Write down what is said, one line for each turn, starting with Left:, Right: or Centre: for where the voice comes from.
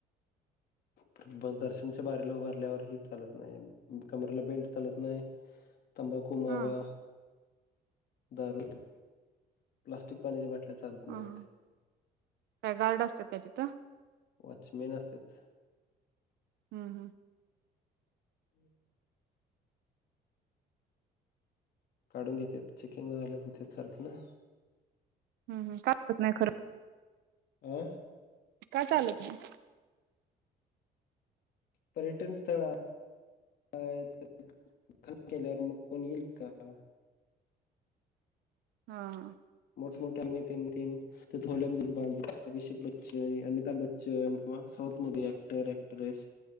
Left: पण दर्शनच्या बारीला उभारल्यावर हे चालत नाही कमरेला बेल्ट चालत नाही. तंबाकू, मावा
Right: हा
Left: दारू <unintelligible> प्लास्टिक पाण्याच्या बाट चालत नाहीत,
Right: हा हा काय गार्ड असतात काय तिथं
Left: वॉचमेन असत्यात.
Right: हम्म हम्म.
Left: <inaudible> काढून घेतेत चेकिंग होते सारखे ना?
Right: हम्म हम्म कात नाही खरं
Left: आं?
Right: का चालत नाय?
Left: पर्यटन स्थळ <unintelligible> हर्ट केल्यावर म कोण येईल का?
Right: हा हा.
Left: मोठमोठ्या नेत्यांनी तेन <unintelligible> अभिषेक बच्चन, अमिताभ बच्चन किंवा साऊथ मध्ये ऍक्टर ऍक्ट्रेस